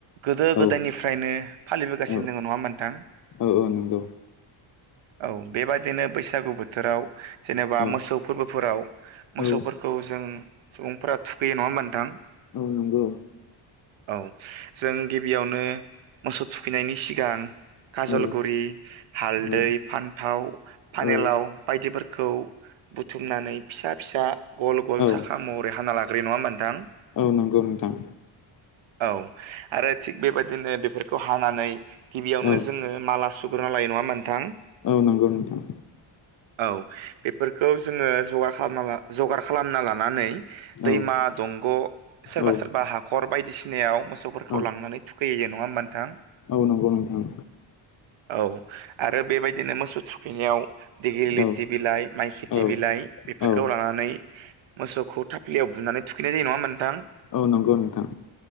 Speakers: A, on the right (about 70°); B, on the left (about 40°).
A: गोदो
B: औ
A: गोदायनिफ्रायनो फालिबोगासिनो
B: औ
A: दङ नङा होमबा नोंथां।
B: औ औ नंगौ।
A: औ बेबादिनो बैसागु बोथोराव जेनेबा
B: औ
A: मोसौ फोरबोफोराव मोसौफोरखौ
B: औ
A: खौ जों सुबुंफोरा थुखैयो नङा होमबा नोंथां
B: औ नंगौ
A: औ। जों गिबियावनो मोसौ थुखैनायनि सिगां काजलगुरि
B: औ
A: हालद
B: औ
A: दै, फान्थाव, फानिलाव
B: औ
A: बायदिफोरखौ बुथुमनानै फिसा फिसा गल गल
B: औ
A: साखा महरै हाना लाग्रो नङा ओमबा नोंथां।
B: औ नंगौ नोंथां।
A: औ आरो थिग बेबायदिनो बेफोरखौ हानानै गिबियावनो
B: औ
A: जोङो माला सु ग्रोना लायो नङा नोंथां।
B: औ नंगौ नोंथां।
A: औ बेफोरखौ जोङो जगार खालामना जगार खालामना लानानै दैमा
B: औ
A: दंग' सोरबा
B: औ
A: सोरबा हाखर बायदिसिनायाव मोसौ गथ'फोरखौ
B: औ
A: लांनानै थुखैयो जे नङा होमबा नोंथां।
B: औ नंगौ नोंथां
A: औ आरो बेबायदिनो मोसौ थुखैनायाव दिडिलिरथि
B: औ
A: बिलाइ माइ खेथि
B: औ
A: बिलाइ बेफोरखौ
B: औ
A: लानानै मोसौखौ थाफ्लियाव बुनानै थुखैनाय जायो नङा होनबा नोंथां।
B: औ नंगौ नोंथां।